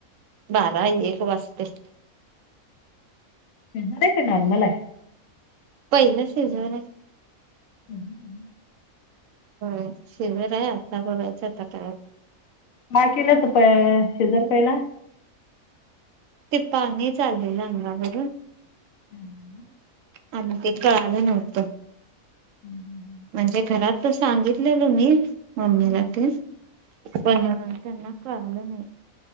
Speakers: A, on the right; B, on the left.
A: बारा एक वाजतयं
B: सिजर हाय काय नॉर्मल हाय
A: पहिलं सिझर हाय
B: <inaudible>
A: होय सिझर आहे आता बघायचा आता काय
B: माज केलंत प सिझर पहिला
A: ते पाणी चालेल अंगावरून
B: हम्
A: आणि ते कळाल नवत.
B: हम्म हम्म
A: म्हणजे घरात तर सांगितलेल मी मम्मी
B: हम्म,
A: ला तेन त्यांना कळालं नाही